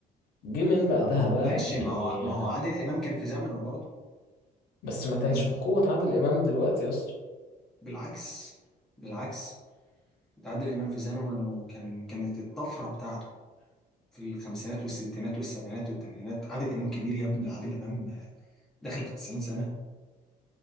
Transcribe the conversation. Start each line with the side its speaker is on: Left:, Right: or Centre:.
Left: جه من بعدها
Centre: ما هو
Left: بقى
Centre: ماشي
Left: يعني
Centre: ما هو ما هو عادل امام كان في زمنه برضه
Left: بس ما كانش
Centre: يعني انت
Left: بقوة عادل إمام دلوقتي يا اسطى
Centre: بالعكس بالعكس ده عادل امام في زمنه كان كانت الطفره بتاعته في الخمسينات والستينات والسبعينات والثمانينات عادل امام كبير يا ابني عادل امام داخل في 90 سنه